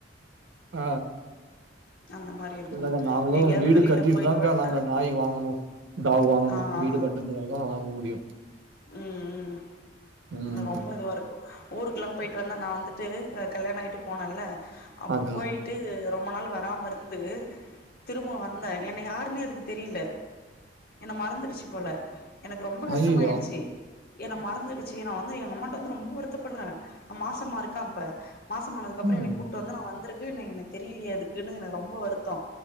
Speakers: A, on the right; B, on the left.
A: அ
B: அந்த மாரி இருக்கு
A: இல்லக்கா நாங்களு
B: எங்கேயாவது
A: வீடு
B: வெளியில
A: கட்டிட்டுதாக்கா
B: போயிட்டு வந்ட்டா
A: நாங்க நாய் வாங்கனு டாக் வாங்கணு
B: ஆ ஆ
A: வீடு கட்டுனா தா வாங்க முடியு
B: ம் ம்
A: ம்
B: இது ரொம்ப இதுவா இருக்கு ஊருக்கெல்லா போயிட்டு வந்து நா வந்துட்டு கல்யாண ஆயிட்டு போனேன்ல அப்ப
A: அக்கா.
B: போயிட்டு ரொம் ரொம்ப நாள் வராம இருந்து திரும்ப வந்தே என்ன யாருன்னே அதுக்கு தெரில என்ன மறந்துடுச்சு போல எனக்கு ரொம்ப கஷ்டமாயிடு
A: ஐயய்யோ!
B: ச்சு என்ன மறந்துடுச்சு நா வந்து எங்க அம்மாகிட்ட வந்து ரொம்ப வருத்தப்படுறே மாசமா இருக்கே அப்ப மாசமானதுக்கு அப்றோ
A: ம்.
B: என்னய கூட்டு வந்து நா வந்திருக்கு என்னய என்னய தெரியிலியே அதுக்குன்னு எனக்கு ரொம்ப வருத்தோ